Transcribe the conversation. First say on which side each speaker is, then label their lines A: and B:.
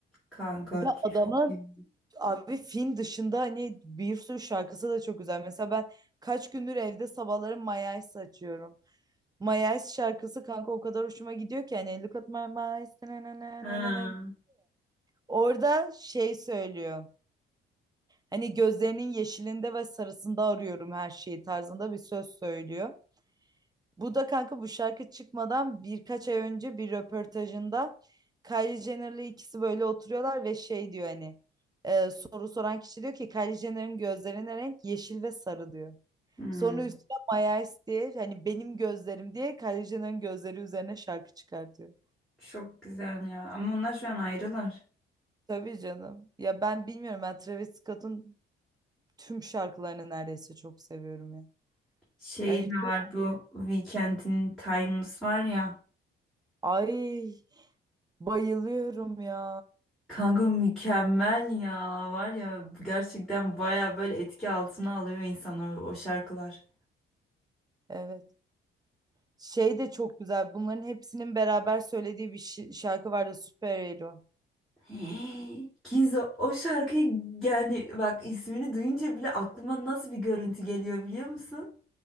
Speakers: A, in the centre; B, on the right (about 20°).
A: Kanka
B: Bir de
A: çok
B: adamın
A: iyi.
B: abi film dışında hani bir sürü şarkısı da çok güzel. Mesela ben kaç gündür evde sabahları My Eyes açıyorum. My Eyes şarkısı kanka o kadar hoşuma gidiyor ki hani look at my eyes. na na na
A: Ha,
B: na na na. Orada şey söylüyor. Hani gözlerinin yeşilinde ve sarısında arıyorum her şeyi tarzında bir söz söylüyor. Bu da kanka bu şarkı çıkmadan birkaç ay önce bir röportajında Kylie Jenner'la ikisi böyle oturuyorlar ve şey diyor hani e, soru soran kişi diyor ki Kylie Jenner'ın gözlerine renk yeşil ve sarı diyor.
A: hmm,
B: Sonra üstüne My Eyes diye hani benim gözlerim diye Kylie Jenner'ın gözleri üzerine şarkı çıkartıyor.
A: çok güzel ya. Ama onlar şu an ayrılar.
B: Tabii canım. Ya ben bilmiyorum ben Travis Scott'un tüm şarkılarını neredeyse çok seviyorum ya.
A: Şey
B: Hani
A: de
B: çok
A: var bu Weekend'in Timeless var ya.
B: ay bayılıyorum ya.
A: Kanka mükemmel ya. Var ya gerçekten baya böyle etki altına alıyor insanı o o şarkılar.
B: Evet. Şey de çok güzel. Bunların hepsinin beraber söylediği bir şi- şarkı vardı. Superhero.
A: Hey, Kinzo o şarkıyı yani bak ismini duyunca bile aklıma nasıl bir görüntü geliyor biliyor musun?